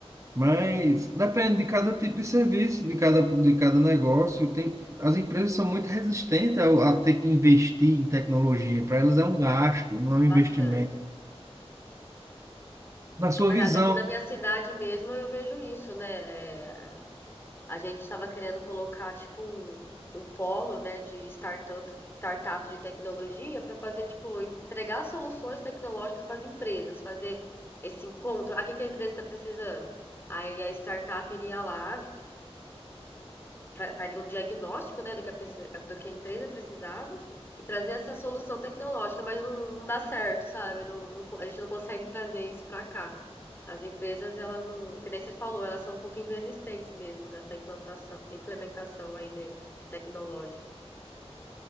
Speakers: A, on the right; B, on the left.
A: Mas depende de cada tipo de serviço, de cada, de cada negócio. Tem, as empresas são muito resistentes a, a ter que investir em tecnologia. Para elas é um gasto, não é um investimento.
B: bastante.
A: Na sua
B: É verdade,
A: visão,
B: aqui na minha cidade mesmo eu vejo isso, né? Eh, a gente estava querendo colocar tipo um, um polo, né, de startup, startup de tecnologia para fazer tipo entregar soluções tecnológicas para as empresas, fazer esse encontro. Ah, o que que a empresa está precisando? Aí a startup iria lá, fa- faria um diagnóstico, né, do que a, do que a empresa precisava e trazer essa solução tecnológica, mas não, não dá certo, sabe? Não- não a gente não consegue trazer isso para cá. As empresas, elas não, que nem você falou, elas são um pouquinho resistentes mesmo nessa implantação, implementação aí de, tecnológica.